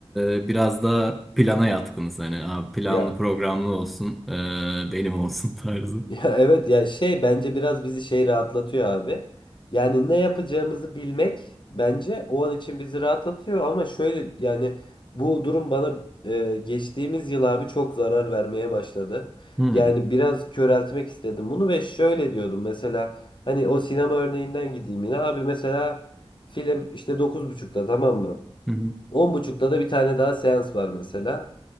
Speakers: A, in the centre; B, on the left.
A: e, biraz da plana yatkınız hani "Aa, planlı
B: Ya.
A: programlı olsun e, benim olsun <laughs> tarzı.
B: Ya evet ya şey bence biraz bizi şey rahatlatıyor abi. Yani ne yapacağımızı bilmek bence o an için bizi rahatlatıyor ama şöyle yani bu durum bana e, geçtiğimiz yıl abi çok zarar vermeye başladı.
A: Hmm.
B: Yani biraz köreltmek istedim bunu ve şöyle diyordum mesela hani o sinema örneğinden gideyim yine abi mesela film işte dokuz buçukta tamam mı?
A: Hı
B: On buçukta da bir tane daha seans var mesela.